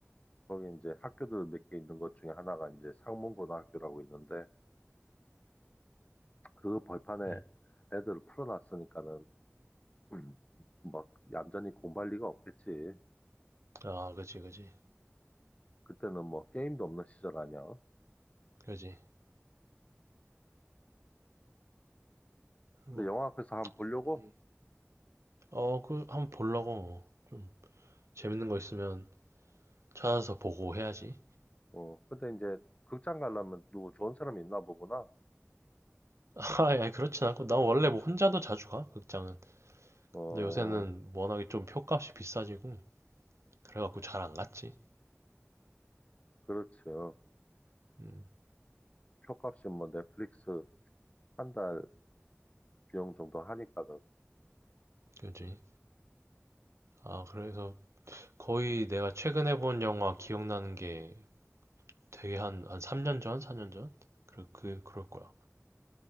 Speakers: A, on the left; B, on the right.
A: 거기 이제 학교들 몇 개 있는 것 중에 하나가 이제 상문고등학교라고 있는데 그 벌판에
B: 음.
A: 애들을 풀어놨으니까는 <clears throat> 막 얌전히 공부할 리가 없겠지.
B: 아, 그지, 그지.
A: 그때는 뭐 게임도 없는 시절 아니야.
B: 그지. 뭐,
A: 그 영화 앞에서 한번 보려고.
B: 음. 어, 그, 한번 보려고. 좀, 재밌는 거 있으면 찾아서 보고 해야지.
A: 어 근데 이제 극장 가려면 누구 좋은 사람이 있나 보구나.
B: <laughs> 아, 야, 그렇진 않고. 난 원래 뭐 혼자도 자주 가, 극장은.
A: 어
B: 근데 요새는 워낙에 좀 표값이 비싸지고. 그래갖고 잘 안 갔지.
A: 그렇죠.
B: 음,
A: 표값이 뭐 넷플릭스 한 달 비용 정도 하니까는
B: 그지. 아, 그래서 거의 내가 최근에 본 영화 기억나는 게 되게 한, 한 3년 전, 4년 전? 그, 그, 그럴 거야.